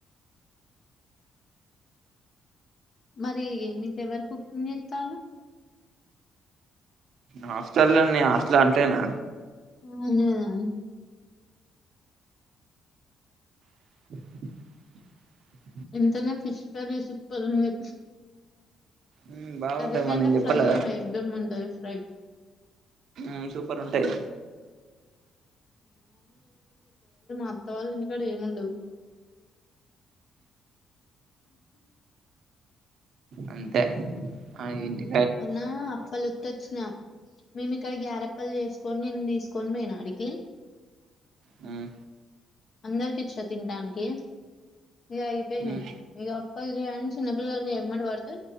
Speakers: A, on the left (about 50°); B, on the right (about 65°).
A: మరి నీకు ఎవల్ కుకింగ్ చేత్తాలు
B: హాస్టల్లోన్నీ హాస్టల్ అంటేనా
A: అవును గద
B: <unintelligible>
A: ఎంతైనా ఫిష్ కర్రీ సుప్పర్ ఉంది
B: ఉమ్ బాగుంటాయి
A: కర్రీ కంటే
B: మరి నేను చెప్పలేదా
A: ఫ్రై యే వేక్దమ్ ఉంటది ఫ్రై
B: మ్ సూపర్ ఉంటాయి
A: అత్తవాళ్ళ ఇంటికాడ ఏం ఉండవు
B: అంతే ఆ ఏంటి
A: ఉన్నా అప్పలొత్తిచ్చినా మేమ్ ఇక్కడ గ్యార అప్పలు చేసుకొని నిన్ను దీసుకొని పోయిన ఆడికి
B: మ్మ్
A: అందరుకిచ్చ తింటానికి ఇగ అయిపోయినయ్
B: ఉమ్
A: అప్పలు చెయ్ అని చిన్నపిల్లలు ఎమ్మట పడితే